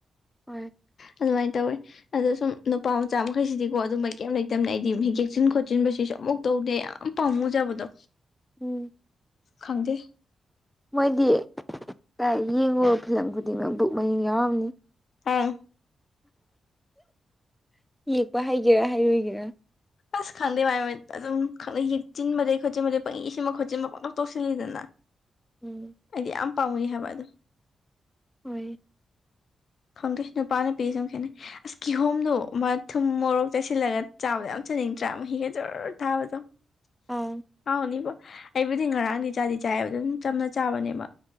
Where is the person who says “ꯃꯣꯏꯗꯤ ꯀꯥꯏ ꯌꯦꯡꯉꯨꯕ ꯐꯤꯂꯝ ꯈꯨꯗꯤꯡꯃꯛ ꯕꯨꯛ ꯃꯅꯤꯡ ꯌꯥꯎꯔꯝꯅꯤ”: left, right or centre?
Centre